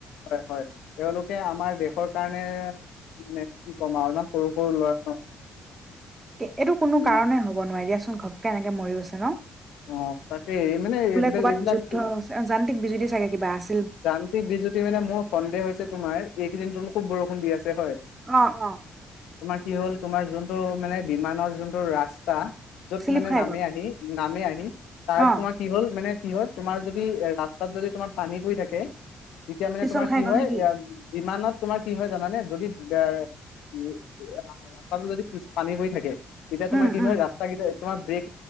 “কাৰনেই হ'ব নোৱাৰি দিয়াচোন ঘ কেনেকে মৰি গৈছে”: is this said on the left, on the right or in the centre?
Right